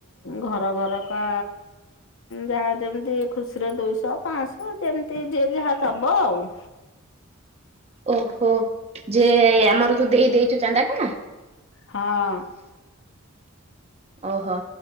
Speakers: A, on the left (about 65°); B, on the right (about 30°).
A: ଘର ଘରକା ଯାହା ଯେମତି ଖୁସିରେ ଦୁଇଶହ ପାଞ୍ଚଶହ ଯେମିତି ଯେ ଯାହା ଦବ। ବୋଉ।
B: ଓହୋ ଯେ ଆମର ତୁ ଦେଇ ଦେଇଚୁ ଚାନ୍ଦା ଟା।
A: ହଁ।
B: ଓହୋ